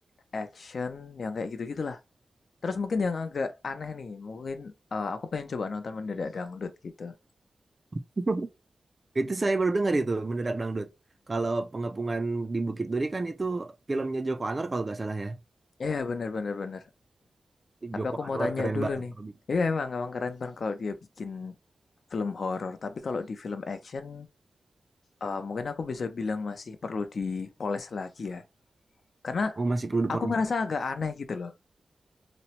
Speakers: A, on the left; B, on the right.
A: action, yang kayak gitu-gitulah. Terus mungkin yang agak aneh nih, mungkin eh, aku pengen coba nonton Mendadak Dangdut gitu.
B: <laughs> Itu saya baru dengar itu mendadak dangdut. Kalau pengepungan di Bukit Duri kan itu filmnya Joko Anwar kalau nggak salah ya.
A: Iya yeah, bener bener bener. Tapi
B: Joko
A: aku
B: Anwar
A: mau tanya
B: keren
A: dulu
B: banget
A: nih.
B: kalau bikin.
A: Iya yeah, emang emang keren banget kalau dia bikin film horor. Tapi kalau di film action, eh, mungkin aku bisa bilang masih perlu dipoles lagi ya. Karena
B: Oh masih perlu diporno.
A: aku ngerasa agak aneh gitu loh.